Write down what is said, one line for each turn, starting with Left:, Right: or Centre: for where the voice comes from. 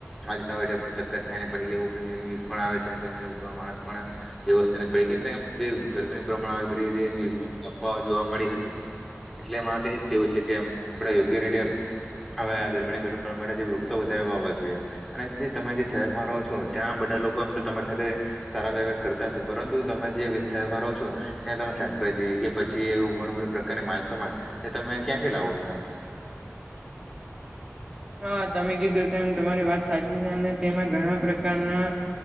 Centre: આજ હોય. કરખાઈને પડી ગ એવું બધ ન્યઝ પણ આવે છે ગમેા માણસ પણ વ્યવસ્થા પ ગરમીનું પ્રમાણ બધ અફ જોવા મળી હતી. એટલે એ માટે એજ કેવું છે કે આપણે યોગ્ય રીતે હવે આ ગરમીને ઘટાડવા માટે જે વૃક્ષો વધારે વાવા જોઈએ, અને તમે જે શહેરમાં રહો છો ત્યાં બધા લોકો એમ તો તમારી સાથે સારા વવ કરતા હશે પરંતુ તમે જે શહેરમાં રહો છો, ત્યાં તમે શાકભાજી કે પછી એવું ઘણું બધું અને માલ સમાન, એ તમે ક્યાંથી લાવો છો એમ?
Right: હા તમે કીધું તેમ તમારી વાત સાચી છે અને તેમાં ઘણા પ્રકારના.